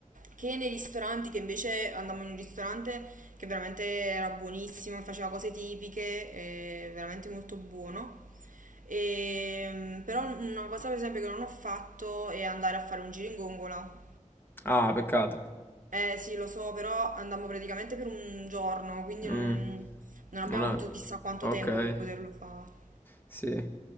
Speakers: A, on the right (about 75°); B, on the left (about 15°).
A: Che nei ristoranti, che invece andammo in un ristorante che veramente era buonissimo, che faceva cose tipiche, eh, veramente molto buono. E, mm, però una cosa per esempio che non ho fatto è andare a fare un giro in gongola.
B: Ah, peccato.
A: Eh sì, lo so, però andammo praticamente per un giorno, quindi
B: Mm,
A: non, non abbiamo
B: non è...
A: avuto chissà quanto
B: Ok.
A: tempo per poterlo fare.
B: Sì.